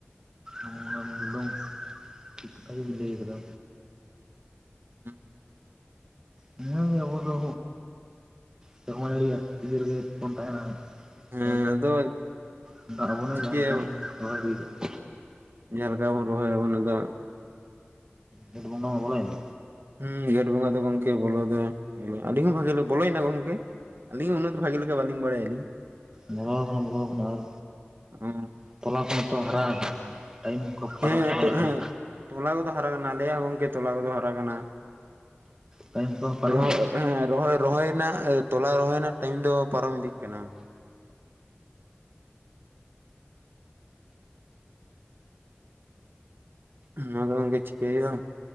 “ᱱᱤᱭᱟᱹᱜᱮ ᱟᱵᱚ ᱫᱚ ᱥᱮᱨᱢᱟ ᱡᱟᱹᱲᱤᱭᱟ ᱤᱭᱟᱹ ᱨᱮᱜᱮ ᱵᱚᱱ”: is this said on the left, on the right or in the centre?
Right